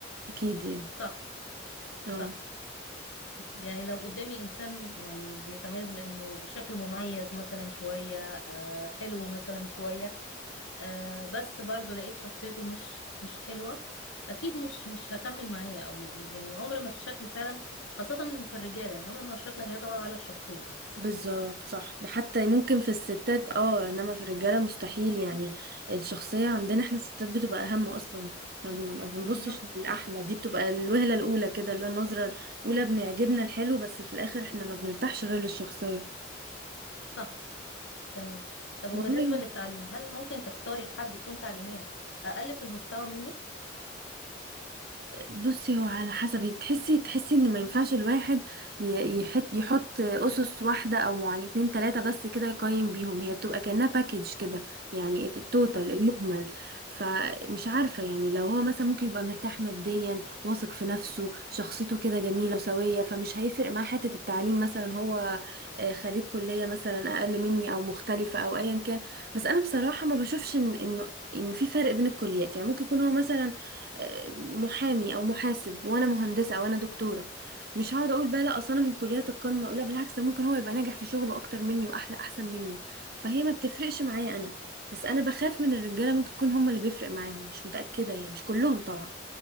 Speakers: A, on the right (about 50°); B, on the left (about 75°).
A: اكيد يعني
B: صح
A: اه
B: صح يعني لو قدامي إنسان يعني بيتميز بأنه شكله مميز مثلا شوية آه حلو مثلا شوية آه بس برضه لقيت شخصيته مش مش حلوة أكيد مش مش هكمل معاه أو يعني عمر ما الشكل فعلا خاصة في الرجالة يعني عمر ما الشكل هيطغى على الشخصية
A: بالظبط صح ده حتى ممكن في الستات اه انما في الرجاله مستحيل يعني الشخصيه عندنا احنا الستات بتبقى اهم اصلا ما بن- ما بنبصش
B: بالظبط
A: للاحلى دي بتبقى الوهله الاولى كده اللي هو النظره الاولى بنعجبنا الحلو بس في الاخر احنا ما بنرتاحش غير للشخصيه
B: صح تمام طب وبالنسبة
A: والله
B: للتعليم هل ممكن تختاري حد يكون تعليميا أقل في المستوى منك؟
A: بصي هو على حسب تحسي تحسي ان ما ينفعش الواحد ي- يحط يحط اسس واحده او معين اتنين تلاته بس كده يقيم بيهم هي بتبقى كانها باكج كده يعني الت- التوتال
B: صح
A: المجمل فمش عارفه يعني لو هو مثلا ممكن يبقى مرتاح ماديا واثق في نفسه شخصيته كده جميله وسويه فمش هيفرق معاه حته التعليم مثلا هو آه، خريج كليه مثلا اقل مني او مختلفه او ايا كان بس انا بصراحه ما بشوفش ان انه ان في فرق بين الكليات يعني ممكن يكون هو مثلا محامي او محاسب وانا مهندسه وانا دكتوره مش هقعد اقول بقى لا اصل انا من كليات القمه لا بالعكس ده ممكن هو يبقى ناجح في شغله اكتر مني واحلى احسن مني فهي ما بتفرقش معايا انا بس انا بخاف من الرجاله ممكن يكون هم اللي بيفرق معاهم مش متاكده يعني مش كلهم طبعا